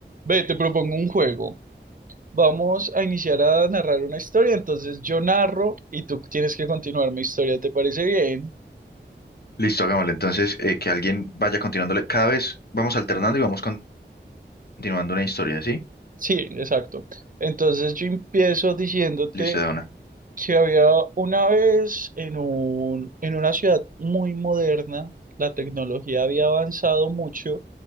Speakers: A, on the right (about 45°); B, on the left (about 60°).
A: Ve, te propongo un juego. Vamos a iniciar a narrar una historia, entonces yo narro y tú tienes que continuar mi historia, ¿te parece bien?
B: Listo, hagámosle. Entonces, eh, que alguien vaya continuándole. Cada vez vamos alternando y vamos con- continuando una historia, ¿sí?
A: Sí, exacto. Entonces yo empiezo diciéndote
B: Listo, de una.
A: que había una vez en un, en una ciudad muy moderna, la tecnología había avanzado mucho,